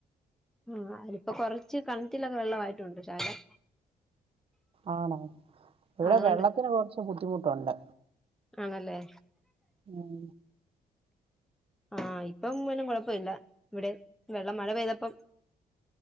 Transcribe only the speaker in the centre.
ആഹ് അതിപ്പോ കൊറച്ച് കെണറ്റിലൊക്കെ വെള്ളവായിട്ടുണ്ട് ശകലം
അതുകൊണ്ട്
ആണല്ലേ
ആഹ് ഇപ്പം ഒന്നും കൊഴപ്പല്ല ഇവിടെ വെള്ളം മഴ പെയ്തപ്പം